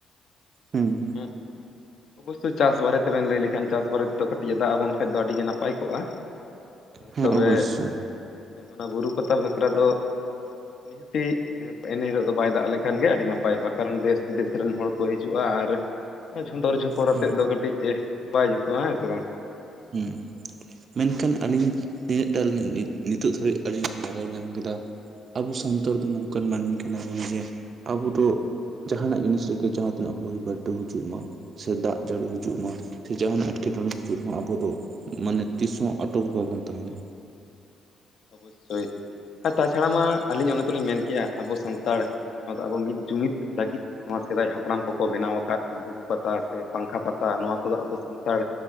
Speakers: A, on the right; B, on the left.
A: ᱦᱩᱸ
B: ᱦᱩᱸ, ᱚᱵᱚᱥᱥᱳᱭ ᱪᱟᱥ ᱵᱟᱨᱮ ᱛᱮᱵᱮᱱ ᱞᱟᱹᱭ ᱞᱮᱠᱷᱟᱱ ᱪᱟᱥ ᱵᱟᱨᱮ ᱛᱮᱫᱚ ᱠᱟᱴ ᱴᱤᱡ-ᱮ ᱫᱟᱜ ᱟᱵᱚᱱ ᱠᱷᱟᱡ ᱫᱚ ᱟᱹᱰᱤᱜᱮ ᱱᱟᱯᱟᱭ ᱠᱚᱜᱼᱟ
A: ᱦᱮᱸ
B: ᱛᱚᱵᱮ
A: ᱚᱵᱚᱥᱥᱳᱭ
B: ᱦᱮᱸ ᱚᱱᱟ ᱵᱩᱨᱩ ᱯᱟᱛᱟ ᱵᱷᱟᱠᱨᱟ ᱫᱚ ᱱᱤᱦᱟᱹᱛᱤ ᱮᱱ ᱦᱤᱞᱳᱜ ᱫᱚ ᱵᱟᱭ ᱫᱟᱜ ᱞᱮᱠᱷᱟᱱ ᱜᱮ ᱟᱹᱰᱤ ᱱᱟᱯᱟᱭᱚᱜᱼᱟ ᱠᱟᱨᱚᱱ ᱫᱮᱥ ᱵᱤᱫᱮᱥ ᱨᱮᱱ ᱦᱚᱲ ᱠᱚ ᱦᱤᱡᱩᱜᱼᱟ ᱟᱨ ᱡᱷᱚᱸᱫᱚᱨ ᱡᱷᱚᱯᱚᱨ
A: ᱦᱩᱸ
B: ᱟᱛᱮᱫ ᱫᱚ ᱠᱟᱹᱴᱤᱡ ᱮᱸ ᱵᱟᱭ ᱡᱩᱛᱩᱜᱼᱟ ᱦᱮᱸ ᱥᱮ ᱵᱟᱝ
A: ᱦᱩᱸ ᱢᱮᱱᱠᱷᱟᱱ ᱟᱹᱞᱤᱧ ᱛᱤᱱᱟᱹᱜᱴᱟ ᱟᱞᱤᱧ ᱱᱤᱛᱚᱜ ᱫᱷᱟᱹᱵᱤᱡ ᱟᱞᱤᱧ ᱞᱤᱧ ᱵᱟᱲᱟᱭ ᱧᱟᱢ ᱠᱟᱫᱟ ᱟᱵᱚ ᱥᱟᱱᱛᱟᱲ ᱫᱚ ᱱᱚᱝᱠᱟᱱ ᱢᱟᱹᱱᱢᱤ ᱠᱟᱱᱟ ᱵᱚᱱ ᱡᱮ ᱟᱵᱚ ᱫᱚ ᱡᱟᱦᱟᱱᱟᱜ ᱡᱤᱱᱤᱥ ᱨᱮᱜᱮ ᱡᱟᱦᱟᱸᱛᱤᱱᱟᱹᱜ ᱦᱚᱭ ᱵᱟᱨᱰᱩ ᱦᱤᱡᱩᱜ ᱢᱟ ᱥᱮ ᱫᱟᱜ ᱡᱟᱹᱲᱤ ᱦᱤᱡᱩᱜ ᱢᱟ ᱥᱮ ᱡᱟᱦᱱᱟᱜ ᱮᱴᱠᱮᱴᱚᱬᱮ ᱦᱤᱡᱩᱜ ᱢᱟ ᱟᱵᱚ ᱫᱚ ᱢᱟᱱᱮ ᱛᱤᱥᱦᱚᱸ ᱟᱴᱚᱠ ᱵᱟᱵᱚᱱ ᱛᱟᱦᱮᱱᱟ
B: ᱚᱱᱳᱥᱥᱳᱭ, ᱟᱨ ᱛᱟᱪᱷᱟᱲᱟ ᱢᱟ ᱟᱹᱞᱤᱧ ᱚᱱᱮ ᱛᱚᱞᱤᱧ ᱢᱮᱱ ᱠᱮᱜᱼᱟ ᱟᱵᱚ ᱥᱟᱱᱛᱟᱲ ᱱᱚᱣᱟ ᱫᱚ ᱟᱵᱚ ᱢᱤᱫ ᱡᱩᱢᱤᱫ ᱞᱟᱹᱜᱤᱫ ᱱᱚᱣᱟ ᱥᱮᱫᱟᱭ ᱦᱟᱯᱲᱟᱢ ᱠᱚᱠᱚ ᱵᱮᱱᱟᱣ ᱟᱠᱟᱫ ᱵᱩᱨᱩ ᱯᱟᱛᱟ ᱥᱮ ᱯᱟᱝᱠᱷᱟ ᱯᱟᱛᱟ ᱱᱚᱣᱟ ᱠᱚᱫᱚ ᱟᱵᱚ ᱥᱟᱱᱛᱟᱲ